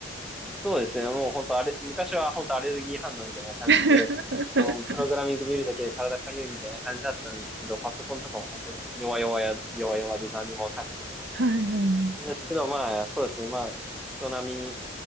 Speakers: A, in the centre; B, on the right.
A: そうですね。もう本当あれ、昔は本当アレルギー反応みたいな感じで、
B: <laughs>
A: もうプログラミング見るだけで体かゆいみたいな感じだったんですけど、パソコンとかも本当弱々や、弱々で何にもわかんなくて。
B: はいはいはい。
A: ですけど、まあ、そうですね。まあ、人並み